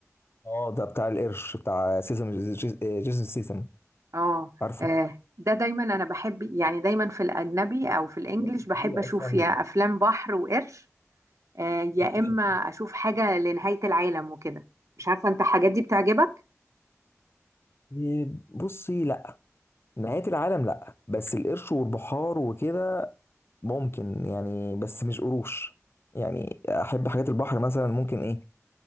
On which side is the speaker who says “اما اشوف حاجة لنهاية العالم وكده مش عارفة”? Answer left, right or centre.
Right